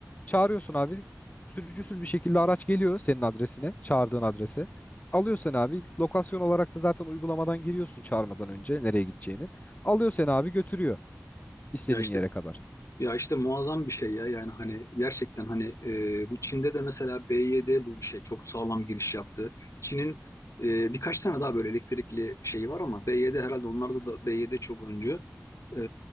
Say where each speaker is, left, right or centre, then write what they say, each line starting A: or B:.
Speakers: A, on the left (about 30°); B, on the left (about 75°).
A: Çağırıyorsun abi sürücüsüz bir şekilde araç geliyor senin adresine çağırdığın adrese. Alıyor seni abi lokasyon olarak da zaten uygulamadan giriyorsun çağırmadan önce nereye gideceğini. Alıyor seni abi götürüyor istediğin
B: Ya işte
A: yere kadar.
B: Ya işte muazzam bir şey ya yani hani gerçekten hani e, bu Çin'de de mesela BYD bu işe çok sağlam giriş yaptı. Çin'in e, birkaç tane daha böyle elektrikli şeyi var ama BYD herhalde onlarda da BYD çok öncü. E,